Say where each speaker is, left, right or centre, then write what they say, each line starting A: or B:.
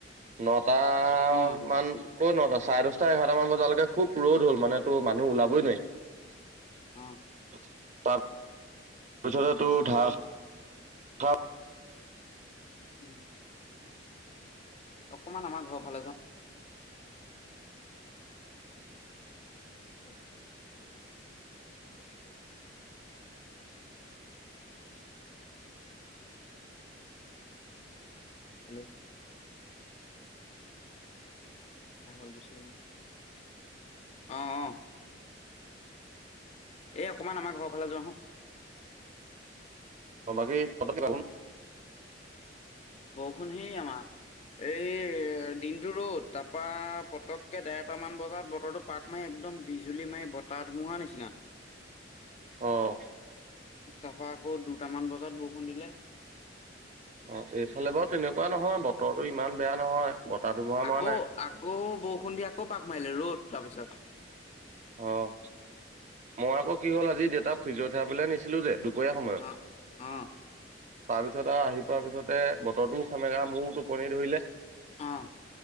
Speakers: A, on the right; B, on the left.
A: নটা
B: অ
A: মান কত নটা চাৰে দশটা এঘাৰটা মান বজালৈকে খুব ৰ'দ হ'ল মানে তো মানুহ ওলাবই নোৱাৰি
B: অ
A: তা ৰপিছতেতো ধাৰাষাৰ
B: উম। অকমান আমাৰ ঘৰৰ ফালে যোৱা উম। হেল্ল'। পাগল গুছি গ'ল। অ অ। এ অকমান আমাৰ ঘৰৰ ফালে যোৱা হো।
A: বাকী থকাকে যাব নোৱাৰো
B: বৰষুণ সেই আমাৰ এই। দিনটো ৰ'দ তাৰপা পতককে দেৰটামান বজাত বতৰটো পাক মাৰি একদম বিজুলী মাৰি বতাহ। ধুমুহা নিচিনা
A: অ
B: তাৰ পাছত আকৌ দুটামান বজাত বৰষুণ দিলে।
A: অঁ এইফালে বাৰু তেনেকুৱা নহয়, বতৰতো ইমান বেয়া নহয়। বতাহ ধুমুহা
B: আকৌ,
A: মৰা নাই।
B: আকৌ বৰষুণ দি আকৌ পাক মাৰিলে ৰ'দ তাৰপিছত।
A: অ' মই আকৌ কি হ'ল আজি দেউতাক ফ্ৰিজৰ থেৰা পিলে নিছিলো যে, দূপৰীয়া সময়ত।
B: অ অ
A: তাৰপিছত আৰু আহি পোৱাৰ পিছতে বতৰতোও সেমেকা মোৰ টোপনি ধৰিলে।
B: অঁ!